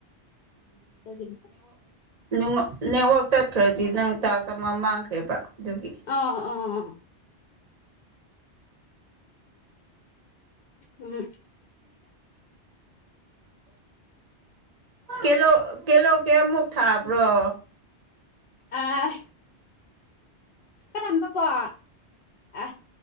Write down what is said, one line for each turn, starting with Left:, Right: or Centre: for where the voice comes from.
Left: ꯑꯗꯨꯒꯤꯅꯤ
Right: ꯎꯝꯉ ꯅꯦꯠꯋꯥꯛ ꯇꯠꯈ꯭ꯔꯗꯤ ꯅꯪ ꯇꯥꯔꯆ ꯑꯃ ꯃꯥꯡꯈ꯭ꯔꯦꯕ ꯑꯗꯨꯒꯤ
Left: ꯑꯣ ꯑꯣ ꯎꯝ
Right: ꯀꯂꯣ ꯀꯂꯣ ꯀꯦꯃꯨꯛ ꯊꯥꯕ꯭ꯔꯣ
Left: ꯑ ꯑ ꯔꯝꯕ ꯄ ꯑ